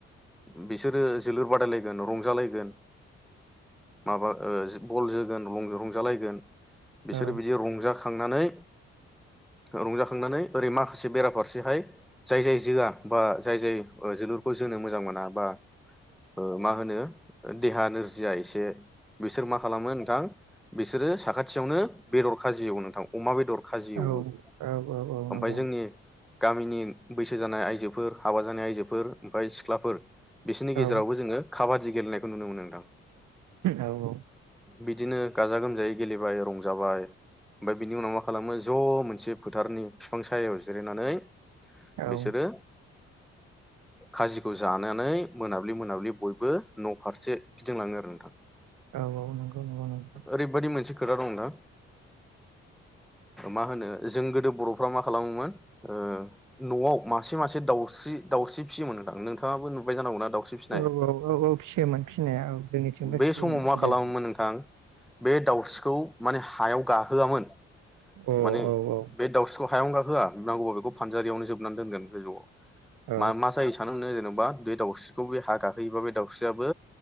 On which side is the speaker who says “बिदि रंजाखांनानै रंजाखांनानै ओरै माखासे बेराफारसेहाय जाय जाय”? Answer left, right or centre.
Centre